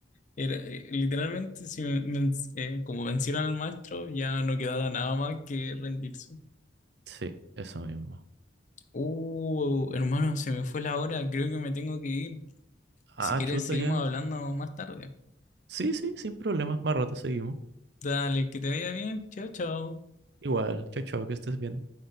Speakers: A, on the left (about 40°); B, on the right (about 60°).
A: era, eh, literalmente si ven- ven- eh, como vencieron al maestro ya no quedaba nada más que rendirse.
B: Sí, eso mismo.
A: Uh, hermano, se me fue la hora, creo que me tengo que ir.
B: Ah,
A: Si quieres
B: chuto
A: seguimos
B: ya.
A: hablando más tarde.
B: Sí, sí, sin problemas. Más rato seguimos.
A: Dale, que te vaya bien, chao, chao.
B: Igual, chao, chao, que estés bien.